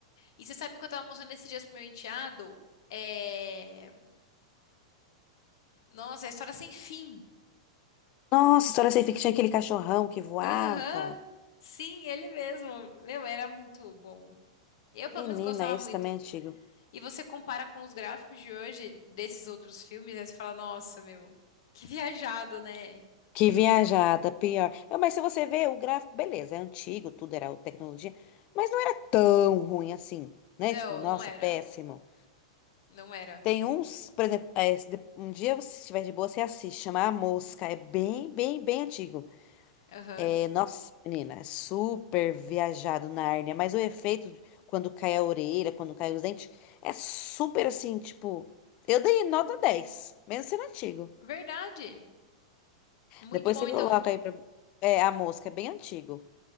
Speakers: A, on the left (about 60°); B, on the left (about 40°).
A: E você sabe o que eu tava mostrando esses dias pro meu enteado? É... Nossa, é história sem fim.
B: Nossa, história sem fim que tinha aquele cachorrão que voava.
A: Aham. Sim, ele mesmo. Meu, era muito bom. Eu, pelo
B: Menina,
A: menos, gostava
B: esse
A: muito.
B: também é antigo.
A: E você compara com os gráficos de hoje, desses outros filmes, aí você fala, nossa, meu, que viajado, né?
B: Que viajada, pior. Eu, mas se você ver o gráfico, beleza, é antigo, tudo era tecnologia, mas não era tão ruim assim, né?
A: Não,
B: Tipo, nossa,
A: não era.
B: péssimo.
A: Não era.
B: Tem uns, por exemplo, é, se de- um dia, você estiver de boa, você assiste, chama A Mosca. É bem, bem, bem antigo.
A: Aham.
B: É, Nossa, menina, é super viajado na hérnia, mas o efeito de- quando cai a orelha, quando cai os dentes, é super assim, tipo, eu dei
A: Hum,
B: nota 10, mesmo sendo antigo.
A: Verdade. Muito
B: Depois
A: bom,
B: você
A: então.
B: coloca aí pra, é, a mosca, é bem antigo,